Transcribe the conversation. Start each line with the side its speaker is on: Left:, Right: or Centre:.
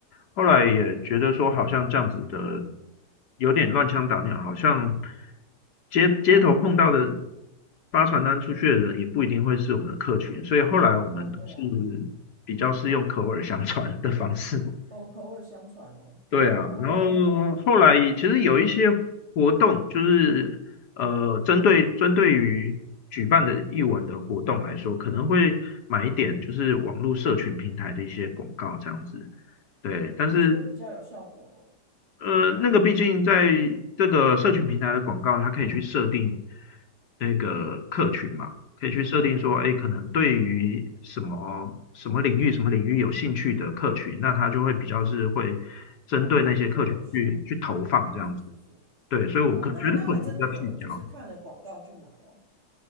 Left: 后来也觉得说，好像这样子的有点乱枪打鸟，好像街街头碰到的
Right: 嗯，
Left: 发传单出去的人也不一定会是我们的客群，所以后来我们是比较是用口耳相传的方式，
Right: 哦对啊，哦口耳相传哦，
Left: 对啊，
Right: 哦，
Left: 然后后来其实有一些活动，就是呃，针对针对于举办的艺文的活动来说，可能会买一点就是网络社群平台的一些广告这样子，
Right: 嗯，
Left: 对。但是
Right: 你觉得比较有效果咯？
Left: 呃，那个毕竟在这个社群平台的广告，它可以去设定那个客群嘛，可以去设定说，
Right: 嗯，
Left: 哎，可能对于什么什么领域、什么领域有兴趣的客群，那它就会比较是会针对那些客群去去投放这样子。
Right: 比较有效，是是是，
Left: 对，所以我可觉得可能比较聚焦。
Right: 哦，那那还真的有人就是看了广告就来哦。